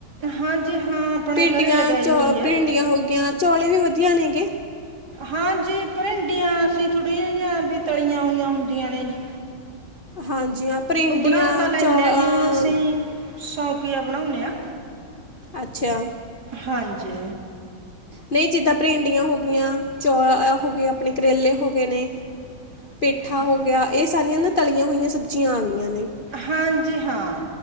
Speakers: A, on the right; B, on the left.
A: ਹਾਂਜੀ ਹਾਂ ਆਪਣੇ
B: ਭਿੰਡੀਆਂ
A: ਘਰੇ ਲਗਾਈ
B: ਚ
A: ਹੋਈ ਹੈ
B: ਭਿੰਡੀਆਂ ਹੋ ਗਈਆਂ, ਚੌਲੇ ਵੀ ਵਧੀਆ ਨੇਗੇ।
A: ਹਾਂਜੀ ਭਰਿੰਡੀਆਂ ਅਸੀਂ ਥੋੜੀਆਂ ਜਿਹੀਆਂ ਵੀ ਤਲੀਆਂ ਹੋਈਆਂ ਹੁੰਦੀਆਂ ਨੇ ਜੀ।
B: ਹਾਂਜੀ ਹਾਂ ਭਰਿੰਡੀਆਂ
A: ਉਹ ਬਣਾ ਤਾਂ ਲੈਨ
B: ਚੌ
A: ਆ
B: ਅ
A: ਜੀਉ ਅਸੀਂ ਸੌਕੀਆ ਬਣਾਉਂਦੇ ਆ
B: ਅੱਛਾ
A: ਹਾਂਜੀ
B: ਨਹੀਂ ਜਿੱਦਾਂ ਭਿੰਡੀਆਂ ਹੋ ਗਈਆਂ ਚੌ ਹੋ ਗਏ ਆਪਣੇ ਕਰੇਲੇ ਹੋ ਗਏ ਨੇ ਪੇਠਾ
A: ਹ-
B: ਹੋ ਗਿਆ ਇਹ ਸਾਰੀਆਂ ਨਾ ਤਲੀਆਂ ਹੋਈਆਂ ਸਬਜ਼ੀਆਂ ਆ ਗਈਆਂ ਨੇ
A: ਹਾਂਜੀ ਹਾਂ